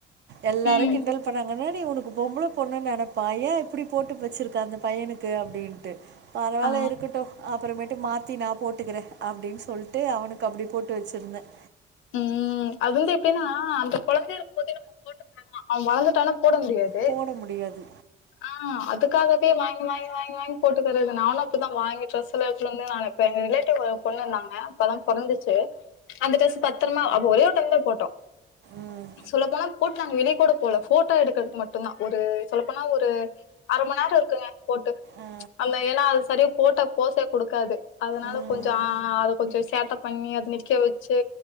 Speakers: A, on the right; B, on the left.
A: எல்லாரு
B: ம்
A: கிண்டல் பண்ணாங்க என்னாடி ஒனக்கு பொம்பள பொண்ணு நெனப்பா ஏ இப்டி போட்டு வச்சிருக்க அந்த பையனுக் கு அப்படின்ட்டு பரவால்ல
B: ஆ
A: இருக்கட்டு அப்பறமேட்டு மாத்தி நாப் போட்டுகிறே அப்டின்னு சொல்ட்டு அவனுக்கு அப்டி போட்டு வச்சிருந்தேன்
B: ம் அது வந்து எப்டினா அந்த கொழந்தயா இருக்குபோதே நம்ம போட்டுகிட்டாதான் அவ வளந்துட்டானா போட முடியாது
A: போட முடியாது
B: ஆ அதுக்காகவே வாங்கி வாங்கி வாங்கி வாங்கி போட்டுகிரது நானு அப்டிதா வாங்கி ட்ரெஸ்ல்ல எடுத்துட்டு வந்து எங்க ரிலேட்டிவ் ஒரு பொண்ணு இருந்தாங்க இப்பதா பொறந்துச் சு அந்த ட்ரெஸ் பத்ரமா அபொ ஒரே ஒரு டைம்தா போட்டோ
A: ம்.
B: சொல்ல போனா போட் நாங்க வெளியே கூட போல போட்டோ எடுக்கிறதுக்கு மட்டுதா ஒரு சொல்லப்போனா ஒரு அர மணி நேர இருக்குங்க போட்டு
A: ஆ.
B: அல்ல எல்னா சரியா ஃபோட்டாக்கு போசே குடுக்காது அதனால
A: ம்.
B: கொஞ்சோ ஆ அத கொஞ்சோ சேட்ட பண்ணி அத நிக்க வெச்சு